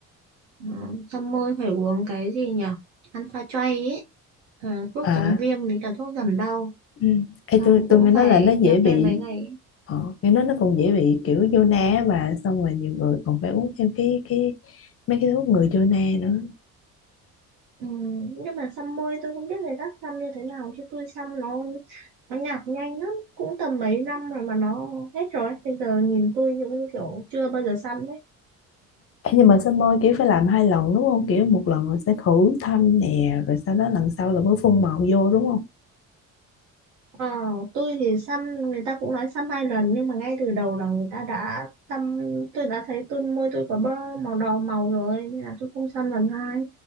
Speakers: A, on the right; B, on the left.
A: ừ. xăm môi phải uống cái gì nhỉ Alpha Tray ấy Ờ, thuốc
B: à
A: chống viêm với cả thuốc giảm đau
B: ừ. Ê,
A: xong
B: tôi
A: cũng
B: tôi nghe
A: phải
B: nói là nó dễ
A: kiêng
B: bị
A: khem mấy ngày ấy.
B: ờ, nghe nói nó còn dễ bị kiểu vô na á bà xong rồi nhiều người còn phải uống thêm cái cái mấy cái thuốc ngừa vô na nữa
A: ừ. nhưng mà xăm môi tôi không biết người khác xăm như thế nào chứ tôi xăm nó nó nhạt nhanh lắm cũng tầm mấy năm rồi mà nó hết rồi bây giờ nhìn tôi như kiểu chưa bao giờ xăm
B: Ê, nhưng mà soi môi kiểu phải làm hai lần đúng không? Kiểu một lần rồi sẽ khử thâm nè, rồi sau đó lần sau là mới phun màu vô đúng không?
A: Ờ, tôi thì xăm người ta cũng nói xăm hai lần nhưng mà ngay từ đầu là người ta đã xăm tôi đã thấy tôi môi tôi có bơ màu đỏ màu rồi nên là tôi không xăm lần hai